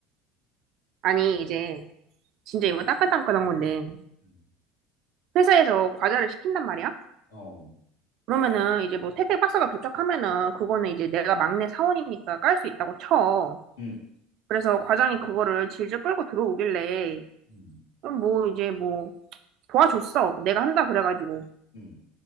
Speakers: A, on the right (about 60°); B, on the left (about 80°).
A: 아니, 이제, 진짜 이거 따끈따끈한 건데,
B: 음,
A: 회사에서 과자를 시킨단 말이야?
B: 어,
A: 그러면은, 이제 뭐 택배 박스가 도착하면은, 그거는 이제 내가 막내 사원이니까 깔 수 있다고 쳐.
B: 음,
A: 그래서 과장이 그거를 질질 끌고 들어오길래,
B: 음,
A: 그럼 뭐, 이제 뭐, 도와줬어. 내가 한다, 그래가지고.
B: 음,